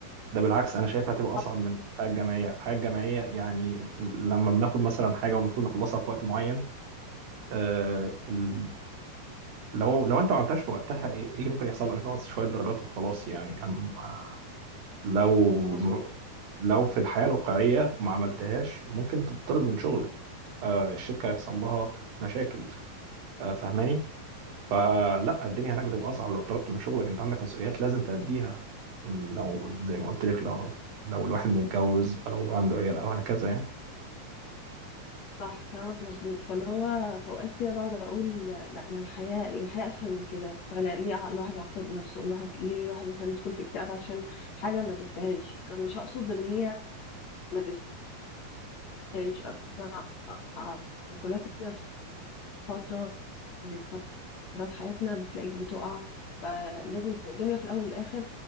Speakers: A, on the right (about 70°); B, on the left (about 50°).
A: ده بالعكس انا شايفها هتبقى اصعب
B: حصل
A: من الحياه الجامعيه الحياه الجامعيه يعني لما بناخد مثلا حاجه والمفروض نخلصها في وقت معين آه ال- لو لو انت ما عملتهاش في وقتها ايه إيه اللي ممكن يحصل لك تنقص شويه درجات وخلاص يعني اما لو
B: مظبوط
A: لو في الحياه الواقعيه ما عملتهاش ممكن تطرد من شغلك آه الشركه يحصل لها مشاكل آه فاهماني فلا الدنيا هناك بتبقى اصعب لو طردت من شغلك انت عندك مسؤوليات لازم تأديها لو زي ما قلت لك لو لو الواحد متجوز او عنده عيال او هكذا يعني
B: صح كلامك مظبوط فاللي هو في اوقات كده بقعد اقول لا ما الحياه الحياه اسهل من كده فلا ليه ع- الواحد يعقد نفسه الواحد ليه الواحد مثلا يدخل في اكتئاب عشان حاجه ما تستاهلش انا مش هقصد ان هي ما تستاهلش انا عقلاتنا في فتره من فترات حياتنا بتلاقيك بتقع فلازم الدنيا في الاول والاخر